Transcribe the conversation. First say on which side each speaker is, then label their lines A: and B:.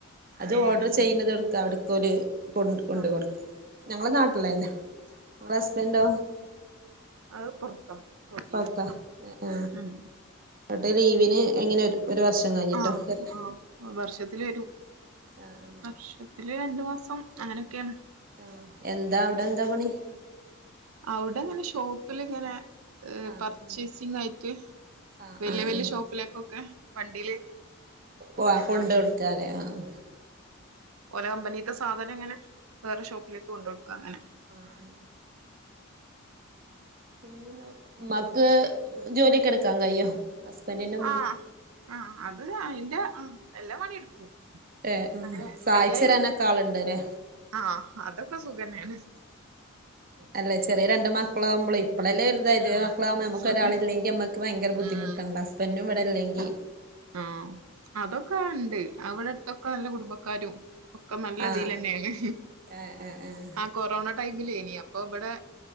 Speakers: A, on the right; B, on the right.
A: അത്
B: ഏഹ്.
A: ഓർഡർ
B: ശരി.
A: ചെയ്യുന്നത് എവ്ടുക്കാ അവ്ട്ക്കോല് കൊണ്ട് കൊണ്ട്
B: ആ.
A: കൊടുക്ക ഞങ്ങളെ നാട്ടിലെന്നാ ഹസ്‌ബൻ്റഓ
B: അത് പൊറത്താ സൗദിയിലാ.
A: പോർത്ത ആ
B: ഉം.
A: എന്നട്ടെ ലീവിന് എങ്ങനെരു ഒരു വർഷം കഴിഞ്ഞിട്ടോ
B: ആഹ്
A: വരല്
B: ആഹ് വർഷത്തില് വരും
A: ആഹ്
B: വർഷ ത്തില് രണ്ടു മാസം അങ്ങനെക്കെയാണ്.
A: ആഹ് എന്താ അവ്ടെ എന്താ പണി?
B: അവിടെങ്ങനെ ഷോപ്പിലിങ്ങനെ
A: ആഹ്
B: പർച്ചേസിങ്ങായിട്ട്
A: ആഹ് ആഹ്
B: വല്യ
A: ആഹ്
B: വല്യ ഷോപ്പിലേക്കൊക്കെ വണ്ടിയില്
A: പോ
B: അങ്ങനത്തെ
A: കൊണ്ടാടുക്കാലെ
B: പണിയാ
A: ആഹ്
B: ഓലെ കമ്പനീത്തെ സാധനിങ്ങനെ വേറെ ഷോപ്പിലേക്ക് കൊണ്ടൊടുക്ക അങ്ങനെ
A: ആഹ് പിന്നെന്താ ഉമ്മാക്ക് ജോലിയൊക്കെ എടുക്കാൻ കയ്യോ ഹസ്ബെന്റിന്റെ ഉമ്മാക്ക്
B: ആഹ് ആഹ് അത് അയിന്റെ ആഹ് എല്ലാ പണി എടുക്കും
A: ഏ ഉം
B: അങ്ങനെ
A: സഹായിച്ചെരാനൊക്കെ
B: വയ്യായൊന്നുല്ല
A: ആളുണ്ട്ല്ലേ
B: ആഹ് അതൊക്കെ സുഖെന്നാണ്
A: അല്ലെ ചെറിയ രണ്ട് മക്കളാവുമ്പളെ ഇപ്പളല്ലെ വലുതായത്
B: ഉം
A: മക്കളാവുമ്പോ അമ്മക്ക് ഒരാളില്ലെങ്കി അമ്മക്ക് ഭയങ്കര
B: ഉം
A: ബുദ്ധിമുട്ടുണ്ട് ഹസ്ബൻഡും ഇവിടെല്ലെങ്കിൽ
B: ഉം അതൊക്കെ അവിടെണ്ട് അവിടടുത്തൊക്കെ നല്ല കുടുംബക്കാരും ഒക്കെ നല്ലതിലെന്നെല്ലെ
A: ആഹ് ഏഹ് ഏഹ് ഏഹ്
B: ആ കൊറോണ ടൈമിലേനി അപ്പ ബടെ